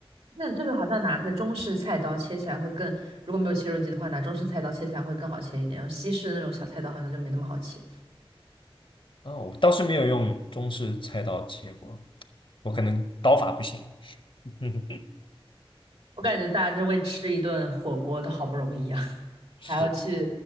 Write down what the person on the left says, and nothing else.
哦，我倒是没有用中式菜刀切过，我可能刀法不行。<laughs> 嗯，
啊
是，